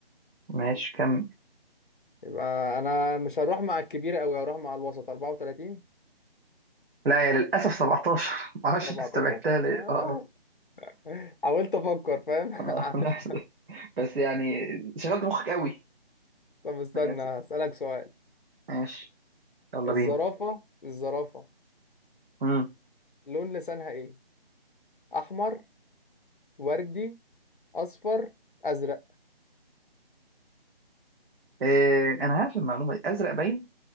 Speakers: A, on the right (about 65°); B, on the left (about 55°).
A: ماشي كمل
B: يبقى أنا مش هروح مع الكبيرة أوي هروح مع الوسط أربعة وتلاتين
A: لا يا للأسف 17 ما اعرفش
B: سبعتاشر
A: <laughs> انت استبعدتها ليه
B: آه،
A: اه
B: <laughs> حاولت أفكر فاهم <laughs> عملت
A: اه آه، <laughs> بس يعني شغلت مخك قوي
B: طب استنى
A: ماشي
B: أسألك سؤال
A: ماشي. يلا
B: الزرافة
A: بينا
B: الزرافة
A: امم
B: لون لسانها إيه؟ أحمر وردي أصفر أزرق
A: إيه انا عارف المعلومه دي ازرق باين